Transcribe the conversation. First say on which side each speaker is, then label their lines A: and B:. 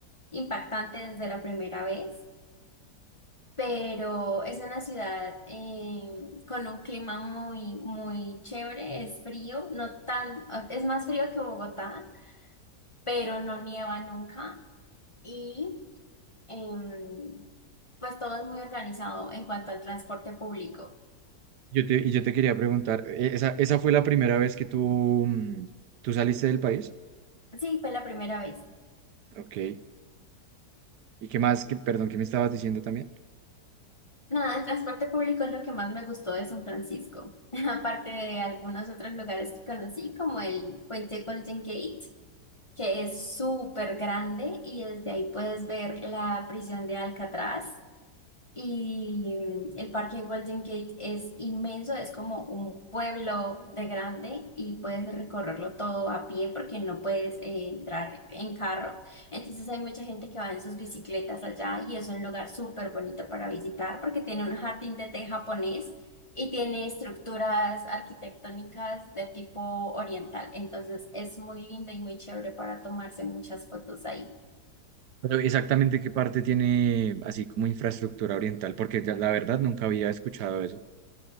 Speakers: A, on the left; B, on the right.
A: impactante desde la primera vez, pero es una ciudad eh, con un clima muy, muy chévere. Es frío, no tan, es más frío que Bogotá, pero no nieva nunca. Y em, pues todo es muy organizado en cuanto al transporte público.
B: Yo te, y yo te quería preguntar, ¿e- ¿esa, esa fue la primera vez que tú, mm, tú saliste del país?
A: Sí, fue la primera vez.
B: Ok. ¿Y qué más? Que, perdón, ¿qué me estabas diciendo también?
A: Nada, el transporte público es lo que más me gustó de San Francisco, <laughs> aparte de algunos otros lugares que conocí, como el puente Golden Gate, que es súper grande y desde ahí puedes ver la prisión de Alcatraz. Y mm, el parque Golden Gate es inmenso, es como un pueblo de grande y puedes recorrerlo todo a pie porque no puedes eh, entrar en carro. Entonces hay mucha gente que va en sus bicicletas allá y es un lugar súper bonito para visitar porque tiene un jardín de té japonés y tiene estructuras arquitectónicas de tipo oriental. Entonces es muy lindo y muy chévere para tomarse muchas fotos ahí.
B: Pero exactamente qué parte tiene así como infraestructura oriental, porque ya- la verdad nunca había escuchado eso.